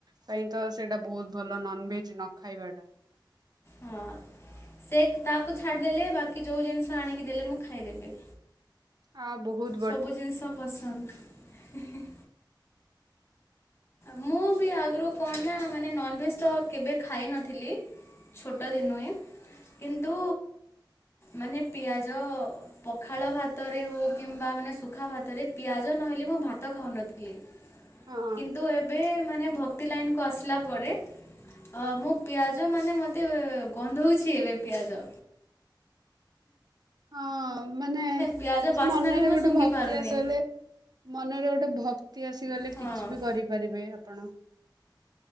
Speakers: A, on the right; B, on the left.
A: ପାଇଁ ତ ସେଇଟା ବହୁତ ଭଲ, ନନଭେଜ୍ ନ ଖାଇବା ଟା।
B: ହଁ, ସେ ତାକୁ ଛାଡ଼ିଦେଲେ, ବାକି ଯୋଉ ଜିନିଷ ଆଣିକି ଦେଲେ ମୁଁ ଖାଇଦେବି।
A: ଆ, ବହୁଦୁ
B: ସବୁ ଜିନିଷ ପସନ୍ଦ ହି ହି ମୁଁ ବି ଆଗରୁ କଣନା ମାନେ ନନଭେଜ ତ କେବେ ଖାଇ ନଥିଲି। ଛୋଟ ଦିନୁ ହିଁ କିନ୍ତୁ ମାନେ ପିଆଜ ପଖାଳ ଭାତରେ ହଉ କିମ୍ବା ମାନେ ଶୁ ଖା ଭାତରେ ପିଆଜ ନହେଲେ ମୁଁ ଭାତ ଖାଉନଥିଲି।
A: ହଁ
B: କିନ୍ତୁ ଏବେ ମାନେ ଭକ୍ତି ଲାଇନକୁ ଆସିଲା ପରେ ହଁ ମୁଁ ପିଆଜ ମାନେ ମତେ ଗନ୍ଧଉଛି ଏବେ ପିଆଜ।
A: ହଁ ମାନେ
B: ପିଆଜ
A: କିଛି
B: ବାସ୍ନା
A: ମନରେ
B: ବି ମୁଁ
A: ଗୋଟେ
B: ଶୁଙ୍ଘି
A: ଭକ୍ତି
B: ପାରୁନି
A: ଆସିଗଲେ ମନରେ ଗୋଟେ ଭକ୍ତି ଆସିଗଲେ
B: ହଁ।
A: କିଛିବି କରିପାରିବେ ଆପଣ।